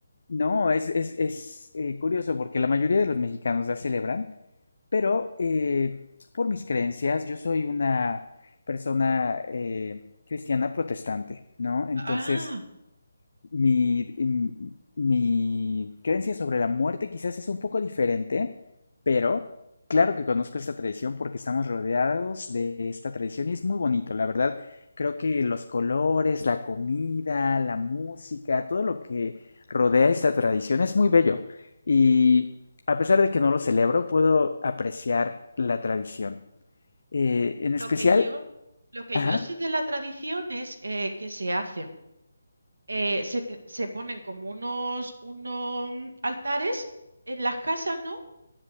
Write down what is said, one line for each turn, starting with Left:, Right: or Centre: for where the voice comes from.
Left: no, es, es, es eh, curioso porque la mayoría de los mexicanos la celebran Pero eh, por mis creencias, yo soy una persona eh, cristiana protestante, ¿no? Entonces,
Right: Ah,
Left: mi, em, mi creencia sobre la muerte quizás es un poco diferente, pero claro que conozco esta tradición porque estamos rodeados de esta tradición y es muy bonito. La verdad, creo que los colores, la comida, la música, todo lo que rodea esta tradición es muy bello. Y a pesar de que no lo celebro, puedo apreciar la tradición. Eh, en
Right: lo
Left: especial,
Right: que yo, lo que
Left: ajá,
Right: yo sé de la tradición es eh, que se hacen eh, se, que- se ponen como unos, unos mm, altares en las casas, ¿no?